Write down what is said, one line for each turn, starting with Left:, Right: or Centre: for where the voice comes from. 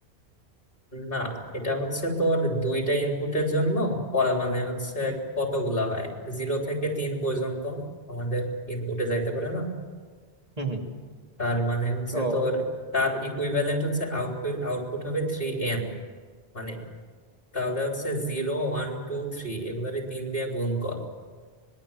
Left: না এটা হচ্ছে তোর দুইটা ইনপুটের জন্য প- মানে হচ্ছে কতগুলা হয় জিরো থেকে তিন পর্যন্ত আমাদের ইনপুটে যাইতে পারে না
Right: হুম হুম
Left: তার মানে হচ্ছে
Right: ও
Left: তোর তার ইকুইভ্যালেন্ট হচ্ছে আউটপুট আউটপুট হবে থ্রি এন মানে তাহলে হচ্ছে জিরো ওয়ান টু থ্রি এগুলারে তিন দিয়ে গুণ কর